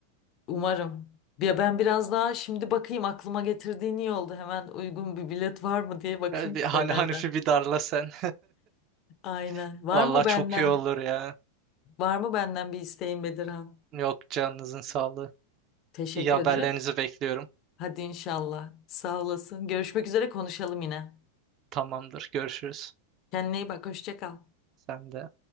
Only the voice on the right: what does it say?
Ya bir-
Hani Hanifi bir darla sen.
<laughs>
Vallahi
çok iyi olur ya.
Yok canınızın sağlığı.
İyi haberlerinizi
bekliyorum.
Tamamdır. Görüşürüz.
Sen de.